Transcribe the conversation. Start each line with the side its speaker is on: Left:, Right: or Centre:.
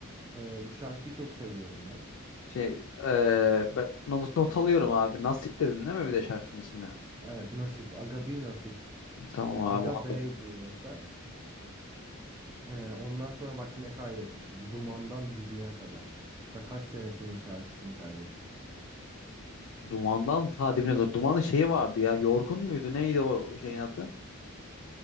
Right: Ee, bu şarkıyı çok seviyorum ben.
Left: Şey e, ben not, not alıyorum abi. Nasip dedin değil mi bir de şarkının ismini?
Right: Evet, Nasip, Aga B Nasip,
Left: Tamam
Right: Aga
Left: abi.
Right: Bey diye yazar. Ee, ondan sonra bak ne kaydetmişim. Dumandan dibine kadar. Ta kaç senesinin şarkısını kaydetmişim.
Left: Dumandan ta dibine kadar. Dumanın şeyi vardı ya. Yorgun muydu? Neydi o şeyin adı?